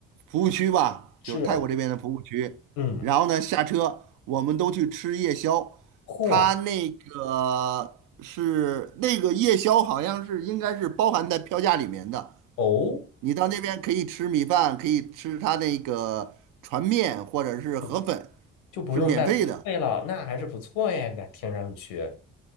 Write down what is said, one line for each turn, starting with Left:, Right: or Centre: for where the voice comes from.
Right: 服务区吧，
Left: 是，
Right: 就是泰国这边的服务区。
Left: 嗯，
Right: 然后呢，下车我们都去吃夜宵，
Left: 嚯，
Right: 他那个是那个夜宵好像是应该是包含在票价里面的。
Left: 哦，
Right: 你到那边可以吃米饭，可以吃他那个船面或者是河粉，
Left: 嗯就不用再付费了，
Right: 是免费的。
Left: 那还是不错耶，那听上去，